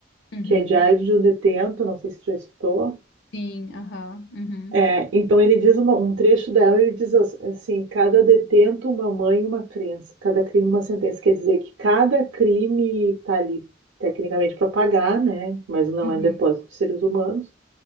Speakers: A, on the left; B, on the right.
A: uhum,
B: que é Diário de um Detento, não sei se tu já escutou.
A: sim, aham, uhum,
B: É, então ele diz uma- um trecho dela, ele diz as- assim, cada detento uma mãe, uma crença, cada crime uma sentença. Quer dizer que cada crime está ali tecnicamente para pagar, né? Mas não
A: uhum,
B: é um depósito de seres humanos.